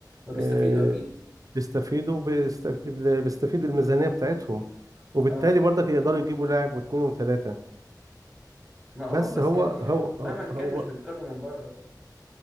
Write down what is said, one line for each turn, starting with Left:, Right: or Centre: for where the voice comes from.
Centre: ما بيستفيدوا
Right: آه،
Centre: اكيد
Right: بيستفيدوا بيستف... اللي بيستفيد بالميزانية بتاعتهم وبالتالي
Centre: اه
Right: برضك يقدروا يجيبوا لاعب واثنين وثلاثة
Centre: ما اه
Right: بس
Centre: بس
Right: هو
Centre: يعني
Right: هو
Centre: مهما
Right: هو
Centre: كان
Right: هو-
Centre: مش بنتكرر من بره